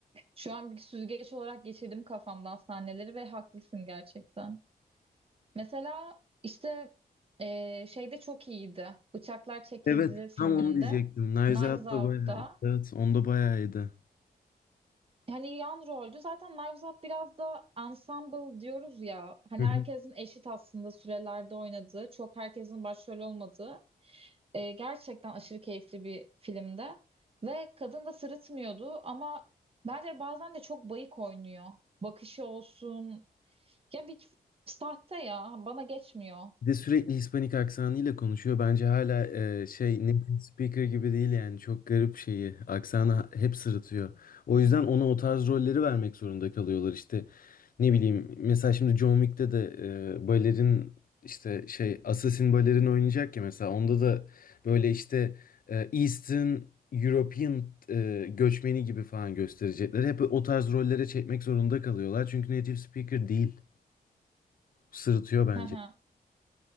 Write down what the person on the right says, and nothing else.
şu an bir süzgeç olarak geçirdim kafamdan sahneleri ve haklısın gerçekten. Mesela işte e, şeyde çok iyiydi. Bıçaklar Çekildi
filminde.
Knives Out'ta.
Yani yan roldü. Zaten Knives Up biraz da ensemble diyoruz ya. Hani
herkesin eşit aslında sürelerde oynadığı, çok herkesin başrol olmadığı e, gerçekten aşırı keyifli bir filmde. Ve kadın da sırıtmıyordu ama bence bazen de çok bayık oynuyor. Bakışı olsun. Ya bir sahte ya. Bana geçmiyor.
<laughs>